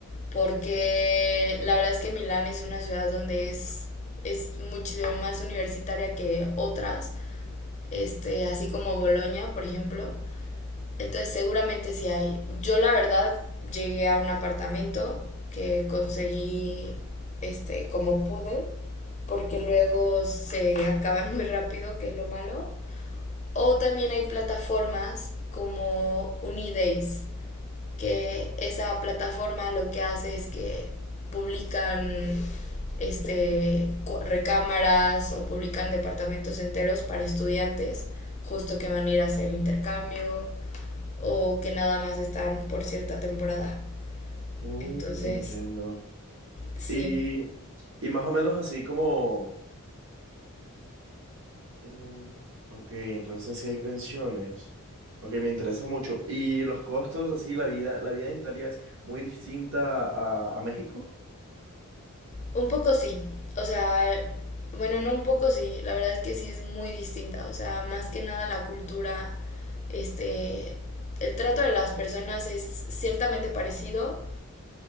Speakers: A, on the left; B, on the right.
A: Porque la verdad es que Milán es una ciudad donde es, es muchísimo más universitaria que otras, este, así como Bolonia, por ejemplo. Entonces seguramente sí hay. Yo la verdad llegué a un apartamento que conseguí este, como pude, porque luego se acaban muy rápido, que es lo malo. O también hay plataformas como Unidays, que esa plataforma lo que hace es que publican este, recámaras o publican departamentos enteros para estudiantes, justo que van a ir a hacer intercambio o que nada más están por cierta temporada.
B: Mm,
A: Entonces,
B: entiendo.
A: sí,
B: Y, y más o menos así como... mm, ok, entonces sí hay pensiones. Ok, me interesa mucho. ¿Y los costos, así, la vida, la vida en Italia es muy distinta a, a México?
A: Un poco sí, o sea, bueno, no un poco sí, la verdad es que sí es muy distinta, o sea, más que nada la cultura, este, el trato de las personas es ciertamente parecido,